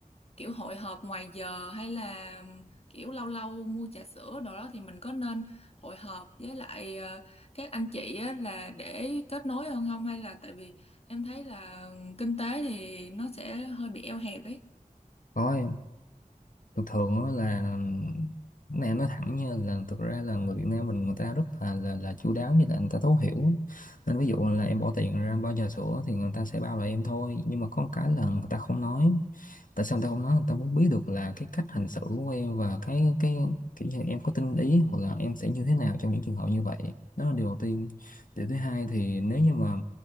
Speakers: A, on the left; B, on the left.
A: kiểu hội họp ngoài giờ hay là kiểu lâu lâu mua trà sữa đồ đó thì mình có nên hội họp với lại ờ, các anh chị á là để kết nối hơn không hay là tại vì em thấy là kinh tế thì nó sẽ hơi bị eo hẹp ấy
B: rồi thường thường á là cái này em nói thẳng nha là thực ra là người Việt Nam mình người ta rất là là, là chu đáo như là người ta thấu hiểu nên ví dụ là em bỏ tiền ra bao trà sữa thì người ta sẽ bao lại em thôi nhưng mà có một cái là người ta không nói tại sao tao không nói tao muốn biết được là cái cách hành xử của em và cái cái kiểu như em có tinh ý hoặc là em sẽ như thế nào trong những trường hợp như vậy đó là điều đầu tiên điều thứ hai thì nếu như mà